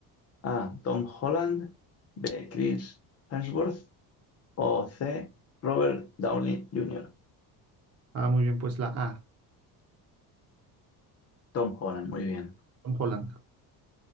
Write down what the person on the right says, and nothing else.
Ah, muy bien, pues la A,
Tom Holland.